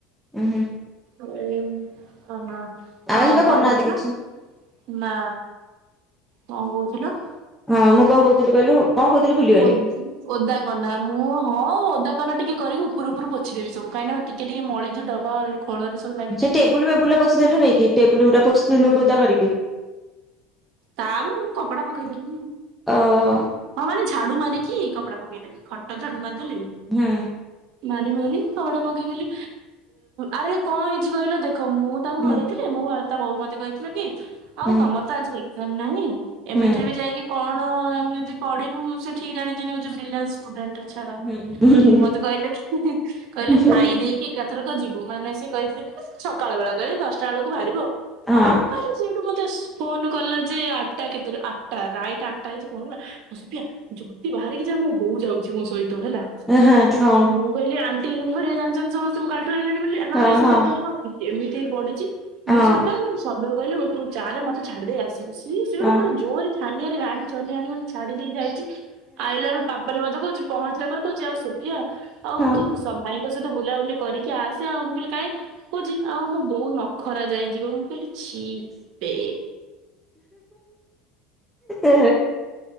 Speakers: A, in the centre; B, on the right.
A: ଉୁଁ ହୁ।
B: ଉ ଓହୋ ହଁ କଣ
A: ଆମେ ସେମିତି କରୁନାହାନ୍ତି
B: କହୁଥିଲ?
A: କିଛି।
B: ନା କଣ କହୁଥିଲ?
A: ହଁ ମୁଁ କଣ କହୁଥିଲି କହିଲୁ କଣ କହୁଥିଲି ଭୁଲି
B: ଓ ଓଦାକନା ମୁଁ ହଁ ଓଦାକନା ଟିକେ କରିକି ଘର ଫର ପୋଛି ଦେବି ସବୁ କାଇଁନା ଟିକେ ଟିକେ ମଳି ଯୋଉ ଡବା ଖୋଳରେ ସବୁ ଲାଗିଯାଇଛି
A: ସେ ଟେବୁଲୁ
B: ତ
A: ବେବୁଲ ରେ ପୋଛି ଦେଲୁ ନାଇକି ଟେବୁଲ ଗୁଡା ପୋଛି ଦେଲୁ ଓଦା କରିକି।
B: ତାପରେ ମୁଁ କପଡା ପକେଇଦେବି
A: ଓହୋ
B: ହଁ ମାନେ ଝାଡୁ ମାରିକି କପଡା ପକେଇଦେବି। ଖଟ ଝାଡୁ ମାରି ଦେଲି।
A: ହୁଁ।
B: ମାରିବି ବୋଲି କପଡା ପକେଇଦେଲି ଆରେ କଣ ହେଇଛି କହିଲ ଦେଖ ମୁଁ ତାଙ୍କ
A: ହୁଁ
B: ଘରେ ଥିଲେ ମୁଁ ତା ବୋଉ ମତେ କହିଥିଲେ କି ଆଉ
A: ହୁଁ
B: ତମର ତ ଆଜି ଏକଜାମ୍ ନାହିଁ ଏମିତିରେ
A: ହୁଁ।
B: ବି ଯାଇକି କଣ <unintelligible> ପଢିବୁ ସେ ଠିକ ଜାଣିଛନ୍ତିି ମୋ ଝିଅ ରିଲିଆନ୍ସ କୋଦାଳ ଟା ଛାଡ
A: ହୁଁ ହୁଁ
B: ମତେ କହିଲେ କି କହିଲେ
A: ହୁଁ
B: ଖାଇ ଦେଇ କି ଏକାଥରକ ଯିବୁ ମାନେ ସେ କହିଥିଲେ ସକାଳ ବେଳେ କହିବେ ଦଶଟା ବେଳକୁ ବାହାରିବୁ ଆଉ
A: ହଁ
B: ବାପାଲୋ ସେଠୁ ବୋଧେ ଫୋନ କଲା ଯେ ଆଠଟା କେତେ ଆଠଟା ରାଇଟ ଆଠଟା ହେଇଛି ଫୋନ୍ କଲା ସୋଫିଆ ଯଲ୍ଦି ବାହାରିକି ଯା ମୋ ବୋଉ ଯାଉଛି ମୋ ସହିତ ହେଲା।
A: ହଁ।
B: ମୁଁ କହିଲି ଆଣ୍ଟି ଘରିକା ଜାଣିଛନ୍ତି ସମସ୍ତେ ମୁଁ କାଲି ଠୁ ଆଇଣିନି ବୋଲି ନହେଲେ
A: ହଁ
B: ସେ
A: ହଁ
B: ଦେଖ <unintelligible> ଏମିତି ପଡିଛି।
A: ହଁ
B: ମୁଁ ସେଇଟା ଶବ୍ୟ କୁ କହିଲି ହଉ ତୁ ଚାଲେ ମତେ ଛାଡି ଦେଇେ ଆସିବୁ ସିଏ ସେଇଠୁ
A: ହଁ
B: ପୁରା ଜୋରେ ଛାନିଆରେ ଗାଡି ଚଲେଇ ଆଣି ମତେ ଛାଡି ଦେଇ ଯାଇଛି ଆଇଲାବେଳୁ ପା ରୂପାଲି ମତେ କହୁଛି ପହଞ୍ଚିଲା ପରେ କହୁଛି ଆଉ ସୋଫିଆ ଆଉ
A: ହଁ।
B: ତୁ ସ ଭାଇଙ୍କ ସହିତ ବୁଲାବୁଲି କରିକି ଆସେ ଆଉ ମୁଁ କହିଲି କାଇଁ କହୁଛି ଆଉ ମୋ ବୋଉ ନଖରା ଯାଏଁ ଯିବ ମୁଁ କହିଲି ଛି ପେ
A: ଏ